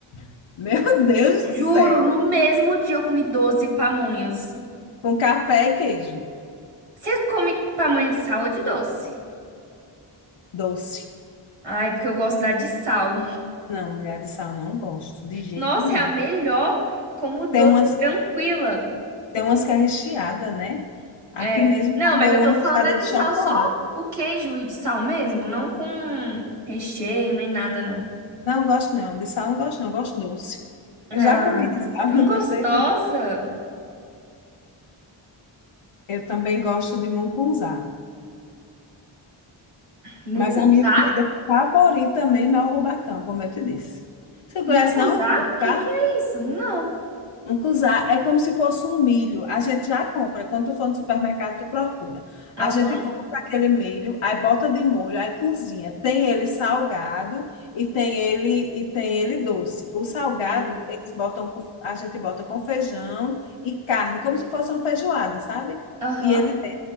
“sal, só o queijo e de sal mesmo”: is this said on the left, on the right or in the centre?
Right